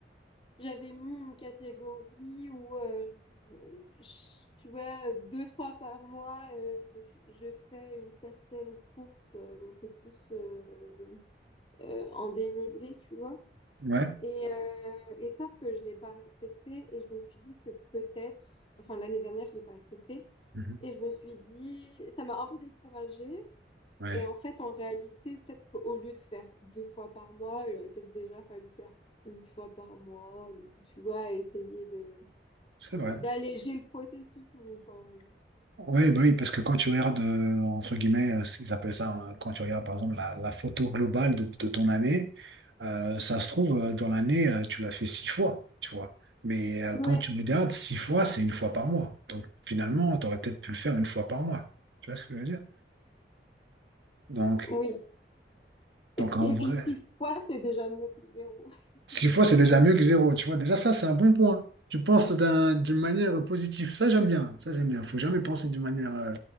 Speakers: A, on the left; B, on the right.
A: j'avais mis une catégorie où, euh, je- tu vois, deux fois par mois, euh, je, je fais une certaine course, euh, mais c'est plus euh, euh, en dénivelé, tu vois.
B: ouais,
A: Et, euh, et sauf que je l'ai pas respecté et je me suis dit que peut-être, enfin l'année dernière, je l'ai pas respecté.
B: Mhm.
A: Et je me suis dit, ça m'a un peu découragée.
B: Ouais.
A: Et en fait, en réalité, peut-être qu'au lieu de faire deux fois par mois, il aurait peut-être déjà fallu faire une fois par mois, ou tu vois, essayer de
B: c'est
A: d'alléger
B: vrai.
A: le processus. Ou, enfin,
B: Oui, bah oui, parce que quand tu regardes, euh, entre guillemets, euh, ce qu'ils appellent ça, hein, quand tu regardes par exemple la, la photo globale de, de ton année, euh, ça se trouve, euh, dans l'année, euh, tu l'as fait six fois, tu vois. Mais euh,
A: Ouais.
B: quand tu regardes, six fois, c'est une fois par mois. Donc finalement, tu aurais peut-être pu le faire une fois par mois. Tu vois ce que je veux dire? Donc,
A: oui. Et,
B: donc
A: puis-
B: en
A: et
B: vrai.
A: puis six fois, c'est déjà mieux que zéro. <laughs>
B: Six
A: Donc,
B: fois, c'est
A: euh,
B: déjà mieux que zéro, tu vois. Déjà, ça, c'est un bon point. Tu penses d'un- d'une manière positive. Ça, j'aime bien. Ça, j'aime bien. Faut jamais penser d'une manière euh,